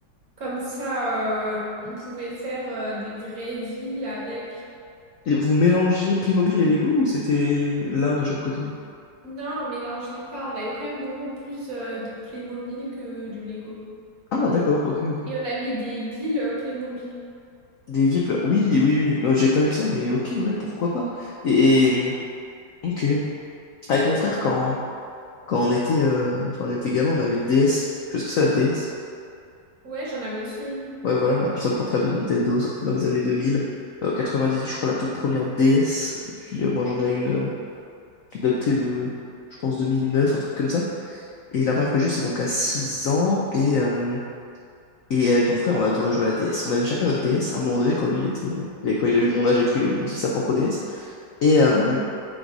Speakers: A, on the right; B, on the left.
A: Comme ça, euh, on pouvait faire euh, des vraies villes avec.
B: Et vous mélangiez Playmobil et Lego ou c'était l'un de chaque côté?
A: Non, on mélangeait pas, on avait quand même beaucoup plus euh, de Playmobil que de Lego.
B: Ah, d'accord, ok, ok.
A: Et on avait des villes euh, Playmobil.
B: Des villes, pla- oui, oui, oui, euh, j'ai pas eu ça, mais ok, ouais, pourquoi pas. Et, et, mmh, ok. Avec mon frère, quand, quand on était, euh, quand on était gamin, on avait une DS. Tu vois ce que c'est la DS?
A: Ouais, j'en avais aussi une.
B: Ouais, voilà, la console portable de Nintendo sortie dans les années 2000. Euh, 98, je crois, la toute première DS. Et puis euh, moi, j'en ai une euh, qui datait de, je pense, 2009, un truc comme ça. Et la première que j'ai eue, c'est donc à 6 ans. Et, euh, et avec mon frère, on adorait jouer à la DS. On avait chacun notre DS. À un moment donné, quand lui, il était, euh, il a- quand il a eu mon âge et tout, il a eu aussi sa propre DS. Et, euh,